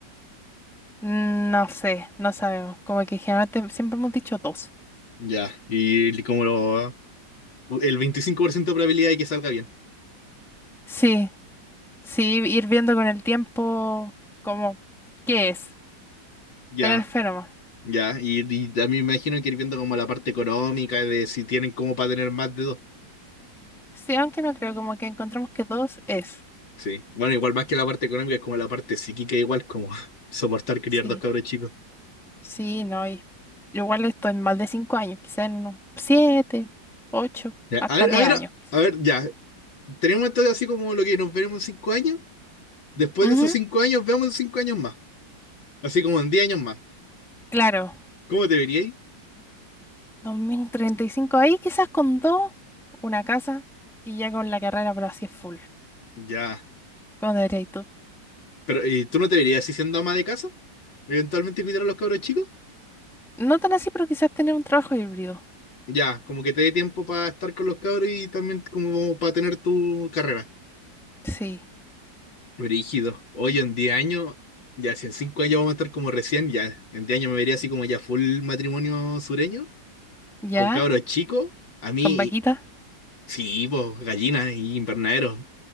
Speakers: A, in the centre; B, on the left.
A: Mm, No sé, no sabemos, como que generalmente siempre hemos dicho dos.
B: Ya, y como lo... El 25% de probabilidad de que salga bien.
A: Sí, Sí, ir viendo con el tiempo como qué es,
B: Ya,
A: tener fe nomás.
B: ya, y, y también me imagino que ir viendo como la parte económica, de si tienen como para tener más de dos.
A: Sí, aunque no creo, como que encontramos que dos es.
B: Sí, bueno, igual más que la parte económica, es como la parte psíquica, igual como <laughs> soportar criar
A: Sí,
B: dos cabros chicos.
A: sí, no, y igual esto en más de cinco años, quizá en unos siete, ocho,
B: Ya,
A: hasta
B: a ver,
A: de
B: a ver,
A: años. quizá.
B: a ver, ya, tenemos esto de así como lo que nos veremos en cinco años. Después de
A: Ujú,
B: esos cinco años, veamos en cinco años más. Así como en diez años más.
A: claro,
B: ¿Cómo te veríais?
A: 2035 ahí quizás con dos, una casa y ya con la carrera, pero así es full.
B: Ya.
A: ¿Cómo debería ir tú?
B: Pero, ¿y tú no te verías así siendo ama de casa? ¿Eventualmente cuidar a los cabros chicos?
A: No tan así, pero quizás tener un trabajo híbrido.
B: Ya, como que te dé tiempo para estar con los cabros y también como para tener tu carrera.
A: Sí,
B: Brígido. oye en 10 años, ya si en 5 años vamos a estar como recién, ya en 10 años me vería así como ya full matrimonio sureño,
A: ya,
B: con cabros chicos. A mí,
A: con vaquita,
B: sí, pues gallinas y invernaderos.